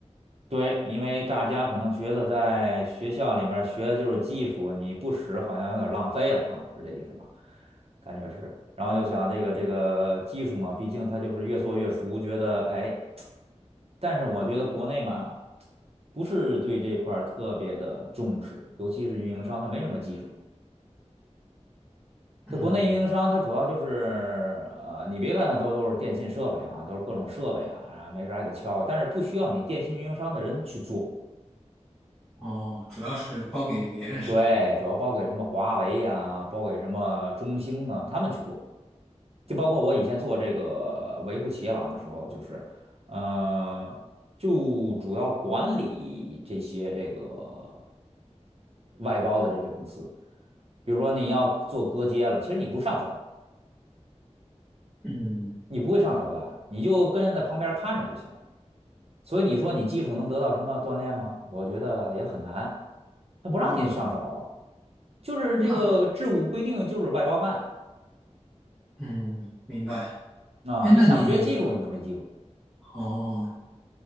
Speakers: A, on the right; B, in the centre.
A: 对，因为大家可能觉得在学校里面学的就是技术，你不使好像有点浪费了哈，是这意思吧？感觉是。然后又想这个这个技术嘛，毕竟它就是越做越熟，觉得哎，但是我觉得国内吧，不是对这块儿特别的重视，尤其是运营商，它没什么技术。
B: 嗯，
A: 这国内运营商它主要就是呃，你别看它都都是电信设备啊，都是各种设备啊，啊没事儿还得敲，但是不需要你电信运营商的人去做。
B: 哦，主要是包给别人是吧？
A: 对，主要包给什么华为呀、包给什么中兴啊，他们去做。就包括我以前做这个维护企业网的时候，就是，呃，就主要管理这些这个外包的这些公司。比如说你要做割接了，其实你不上手，
B: 嗯，
A: 你不会上手的，你就跟着在旁边看着就行。所以你说你技术能得到什么锻炼吗？我觉得也很难，他不让你上手啊，
B: 哦，
A: 就是这个制度规定就是外包干。
B: 那，嗯，明白。
A: 啊，
B: 哎，
A: 你想学技术你都没机会。
B: 那你，哦。